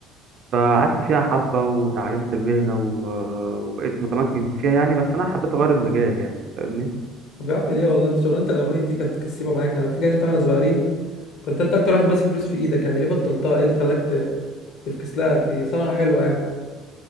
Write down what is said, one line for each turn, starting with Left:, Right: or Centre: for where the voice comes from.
Right: فقعدت فيها حبه وتعلمت المهنه و... وبقيت متمكن فيها يعني بس انا حبيت اغير المجال يعني فاهمني
Left: طب يا عم ليه والله انت شغلانه الالومنيوم دي كانت كسيبه معاك انا فاكر انت واحنا صغيرين كنت انت اكتر واحد ماسك فلوس في ايدك يعني ليه بطلتها ايه اللي خلاك ت- تفكس لها دي صنعه حلوه يعني